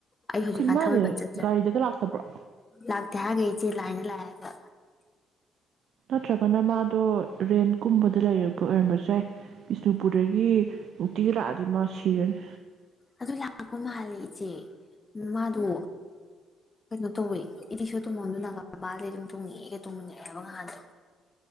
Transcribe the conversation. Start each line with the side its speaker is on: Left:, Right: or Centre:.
Left: ꯑꯩ ꯍꯧꯖꯤꯛꯀꯥꯟ
Right: ꯃꯥꯁꯦ
Left: ꯊꯥꯡꯃꯩꯕꯟ ꯆꯠꯇ꯭ꯔꯦ
Right: ꯒꯥꯔꯤꯗꯒ ꯂꯥꯛꯇꯕ꯭ꯔꯣ
Left: ꯂꯥꯛꯇꯦ ꯍꯥꯏꯔꯒ ꯏꯆꯦ ꯂꯥꯏꯅꯦ ꯂꯠꯑꯦꯕ
Right: ꯅꯠꯇ꯭ꯔꯒꯅ ꯃꯥꯗꯣ ꯔꯦꯟ ꯀꯨꯝꯕꯗ ꯂꯩꯔꯛꯄ ꯑꯣꯏꯔꯝꯕꯁꯨ ꯌꯥꯏ ꯕꯤꯁꯅꯨꯄꯨꯔꯗꯒꯤ ꯅꯨꯡꯇꯤꯗ ꯂꯥꯛꯑꯗꯤ ꯃꯥ ꯁꯤꯔꯅꯤ
Left: ꯑꯗꯨ ꯂꯥꯛꯄ ꯃꯥꯜꯂꯦ ꯏꯆꯦ ꯃꯥꯗꯣ ꯀꯩꯅꯣ ꯇꯧꯋꯦ ꯏꯔꯤꯛꯁ‌ꯣ ꯇ‌ꯣꯡꯐꯝꯗꯨ ꯅꯒꯥꯝꯄꯥꯜꯗꯩ ꯑꯗꯨꯝ ꯇꯣꯡꯉꯛꯑꯦ ꯑꯩꯒ ꯇꯣꯡꯃꯤꯟꯅꯔꯛꯑꯦ ꯍꯥꯏꯕ ꯉꯍꯥꯟꯁꯨ